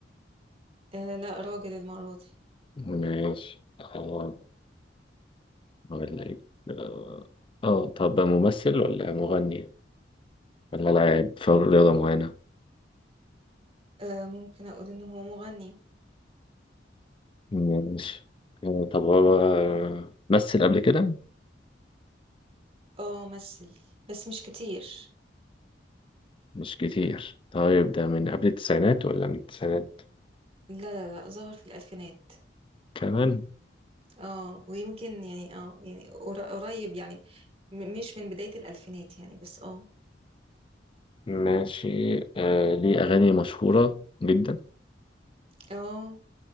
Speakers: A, on the right; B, on the left.
A: آه لا راجل المرة دي
B: ماشي أه ولا إيه أه آه، طب ممثل ولا مغني ولا لاعب في رياضة معينة
A: آه ممكن اقول ان هو مغني
B: ماشي آه، طب هو مثل قبل كده
A: اه مثل بس مش كتير
B: مش كتير طيب ده من
A: م.
B: قبل التسعينات ولا من التسعينات
A: لا لا لا ظهر في الالفينات
B: كمان
A: اه ويمكن يعني اه يعني قر- قريب يعني م- مش من بداية الالفينات يعني بس اه
B: ماشي آه ليه أغاني مشهورة جدا
A: اه